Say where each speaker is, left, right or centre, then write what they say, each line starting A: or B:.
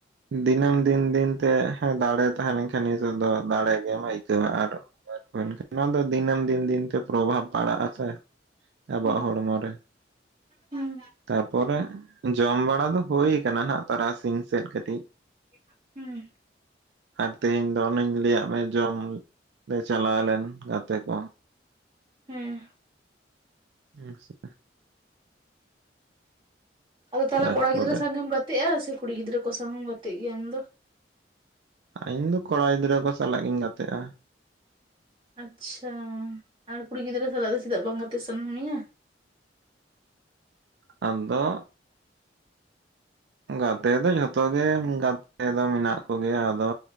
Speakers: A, on the right; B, on the right.
A: ᱫᱤᱱᱟᱹᱢ ᱫᱤᱱ ᱫᱤᱱ ᱛᱮ ᱫᱟᱲᱮ ᱛᱟᱦᱮᱸ ᱞᱮᱱᱠᱷᱟᱱ ᱱᱤᱛᱚᱜ ᱫᱚ ᱫᱟᱲᱮ ᱜᱮᱢ ᱟᱹᱭᱠᱟᱹᱣᱟ ᱟᱨ ᱱᱚᱣᱟ ᱫᱚ ᱫᱤᱱᱟᱹᱢ ᱫᱤᱱ ᱫᱤᱱ ᱛᱮ ᱯᱨᱚᱵᱷᱟᱵᱽ ᱯᱟᱲᱟᱜᱼᱟ ᱥᱮ ᱾ ᱟᱵᱚᱣᱟᱜ
B: ᱦᱩᱸ
A: ᱦᱚᱲᱢᱚ ᱨᱮ
B: ᱦᱩᱸ
A: ᱛᱟᱨᱯᱚᱨᱮ ᱡᱚᱢ ᱵᱟᱲᱟ ᱫᱚ ᱦᱩᱭᱠᱟᱱᱟ ᱱᱷᱟᱜ ᱛᱟᱨᱟᱥᱤᱧ ᱥᱮᱫ ᱠᱟᱹᱴᱤᱡ ᱾
B: ᱦᱩᱸ ᱾
A: ᱟᱨ ᱛᱮᱦᱮᱧ ᱫᱚ ᱚᱱᱤᱧ ᱞᱟᱹᱭᱟᱜ ᱢᱮ ᱡᱚᱢ ᱞᱮ ᱪᱟᱞᱟᱣ ᱞᱮᱱ ᱜᱟᱛᱮ ᱠᱚ ᱾
B: ᱦᱩᱸ ᱾
A: ᱦᱮᱸ ᱥᱮ
B: ᱟᱫᱚ ᱛᱟᱞᱦᱮ
A: ᱛᱟᱨᱯᱚᱨᱮ
B: ᱠᱚᱲᱟ ᱜᱤᱫᱽᱨᱟᱹ ᱥᱟᱶᱝᱜᱮᱢ ᱜᱟᱛᱮᱜᱼᱟ ᱥᱮ ᱠᱩᱲᱤ ᱜᱤᱫᱽᱨᱟᱹ ᱠᱚ ᱥᱟᱶ ᱦᱚᱸᱢ ᱜᱟᱛᱮᱜ ᱜᱮᱭᱟ ᱟᱢ ᱫᱚ?
A: ᱤᱧ ᱫᱚ ᱠᱚᱲᱟ ᱜᱤᱫᱽᱨᱟᱹ ᱠᱚ ᱥᱟᱞᱟᱜ ᱜᱤᱧ ᱜᱟᱛᱮᱜᱼᱟ ᱾
B: ᱟᱪᱪᱷᱟ ᱟᱨ ᱠᱩᱲᱤ ᱜᱤᱫᱽᱨᱟᱹ ᱥᱟᱞᱟᱜ ᱫᱚ ᱪᱮᱫᱟᱜ ᱵᱟᱝ ᱜᱟᱛᱮᱜ ᱥᱟᱱᱟ ᱢᱮᱭᱟ?
A: ᱟᱫᱚ ᱜᱟᱛᱮ ᱫᱚ ᱡᱷᱚᱛᱚ ᱜᱮ ᱜᱟᱛᱮ ᱫᱚ ᱢᱮᱱᱟᱜ ᱠᱚᱜᱮᱭᱟ ᱟᱫᱚ